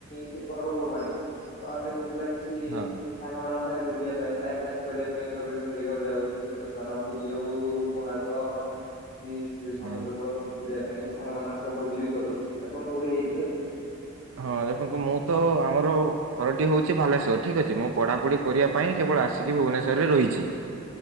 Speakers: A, on the left; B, on the right.
A: ସେ ପର୍ବପର୍ବାଣୀ ତ ଆମେ ପୁଅ ପିଲା କିଛି ଇଁ
B: ହଁ
A: ସାଙ୍ଗମାନସ ଥାଏ ବୁଲିବା ପାଇଁ ଟାଇମ୍ ପାସ୍ କରିବା ପାଇଁ ତ ବିଭିନ୍ନ ଜାଗାକୁ ଯାଉ ତୀର୍ଥସ୍ଥାନ ପୁରୀ ହୋଉ କୋଣାର୍କ କି ସି
B: ହଁ।
A: ସମୁଦ୍ର କୂଳ ବୁଲିବା ପାଇଁ ସାଙ୍ଗମାନଙ୍କ ସହ ଭୋଜି ବି କରୁ, ଆପଣ କୋଉଠି ଯାଇଥିଲେ?
B: ହଁ ଦେଖନ୍ତୁ ମୁଁ ତ ଆମର ଘରଟି ହଉଚି ବାଲେଶ୍ଵର ଠିକ୍ ଅଛି, ମୁଁ ପଢାପଢି କରିବା ପାଇଁ କେବଳ ଆସିକି ଭୁବନେଶ୍ୱର ରେ ରହିଛି।